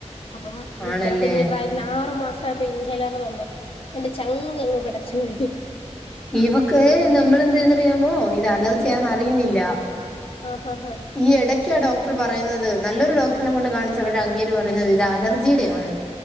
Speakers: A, on the left; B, in the centre.
A: അപ്പം
B: ആണല്ലേ
A: ഇത്ര കുഞ്ഞു പ്രായത്തിന് ആറു മാസയപ്പോ ഇൻഹെലർ തന്നു. എന്റെ ചങ്കങ്ങ് പിടച്ചുപോയി.
B: ഇ ഈവക്ക് നമ്മള് എന്ത്ന്ന്റിയാമോ ഇത് അലർജിയാന്ന്
A: ഉം
B: അറിയുന്നില്ല.
A: ആഹ് ഹഹ ഹഹ
B: ഈ ഇടയ്ക്കാണ് ഡോക്ടർ പറയുന്നത്. നല്ലൊരു ഡോക്ടറിനെ കൊണ്ട് കാണിച്ച പക്ഷെ അങ്ങേര് പറയുന്നത്. ഇത് അലർജിയുടെ ആണ്.